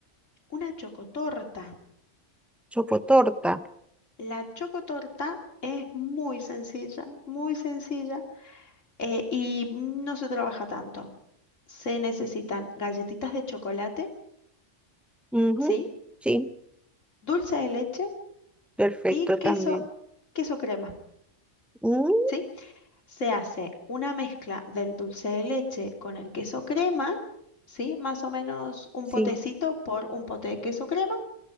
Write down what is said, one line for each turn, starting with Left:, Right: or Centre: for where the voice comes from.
Left: una chocotorta.
Centre: chocotorta.
Left: La chocotorta es muy sencilla, muy sencilla, eh, y no se trabaja tanto. Se necesitan galletitas de chocolate,
Centre: ujú,
Left: ¿sí?
Centre: sí,
Left: Dulce de leche
Centre: perfecto
Left: y queso,
Centre: también.
Left: queso crema,
Centre: Mm,
Left: ¿sí? Se hace una mezcla del dulce de leche con el queso crema, ¿sí? Más o menos un
Centre: sí.
Left: potecito por un pote de queso crema.